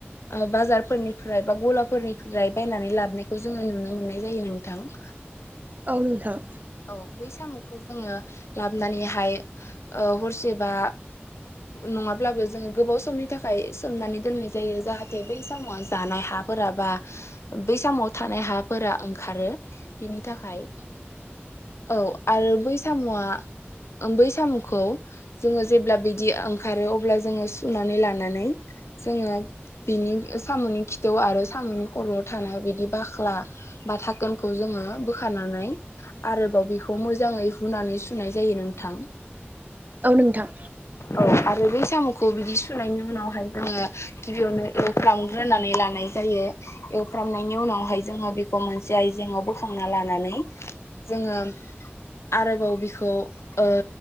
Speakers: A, on the left; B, on the right.
A: ओ बाजारफोरनिफ्राय बा गलाफोरनिफ्राय बायनानै लाबोनायखौ जोङो नुनो मोननाय जायो नोंथां। <inaudible>
B: औ नोंथां।
A: औ बै साम'खौ जोङो लाबोनानैहाय ओ हरसेबा नङाब्लाबो जोङो गोबाव समनि थाखाय सोमनानै दोननाय जायो जाहाथे बै साम'आ जानाय हा फोरा बा बै समाव थानाय हाफोरा ओंखारो बेनि थाखाय औ आरो बै सामुआ ओ बै साम'खौ जोङो जेब्ला बिदि ओंखारो अब्ला जोङो सुनानै लानानै जोङो बिनि साम'नि खिथौ आरो साम'नि खर'आव थानाय बिदि बाख्ला बा थाखोनखौ जोङो बोखारनानै आरोबाव बेखौ मोजाङै हुनानै सुनाय जायो नोंथां।
B: औ नोंथां।
A: औ। आरो बै साम'खौ बिदि सुनायनि उनावहाय जोङो गिबियावनो एवफ्रामग्रोनानै लानाय जायो। एवफ्रामनायनि उनावहाय जोङो बेखौ मोनसे आयजेंङाव बोखांना लानानै जोङो आरोबाव बिखौ ओ